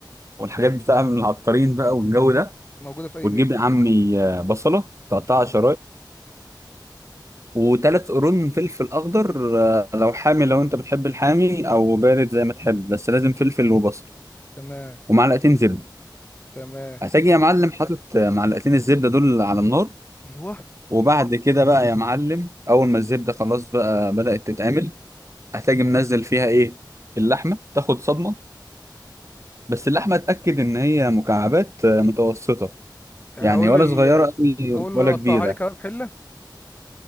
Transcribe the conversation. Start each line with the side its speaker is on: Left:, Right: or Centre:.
Right: والحاجات بتاع من العطارين بقى والجو ده
Left: موجوده في اي
Right: وتجيب
Left: بيت
Right: يا عمي آه، بصلة تقطعها شرايح وتلات قرون فلفل أخضر آه، لو حامي لو أنت بتحب الحامي أو بارد زي ما تحب بس لازم فلفل وبصل
Left: تمام
Right: ومعلقتين زبدة
Left: تمام
Right: هتجي يا معلم حاطط آه، معلقتين الزبدة دول على النار
Left: ايوه
Right: وبعد كده بقى يا معلم اول ما الزبده خلاص بقى بدات تتعمل هتجي منزل فيها ايه اللحمه تاخد صدمه بس اللحمه اتاكد ان هي مكعبات آه، متوسطه
Left: يعني
Right: يعني
Left: اقول
Right: ولا
Left: لل
Right: صغيره قوي
Left: هقول
Right: ولا
Left: له قطعها
Right: كبيره
Left: لي كباب حله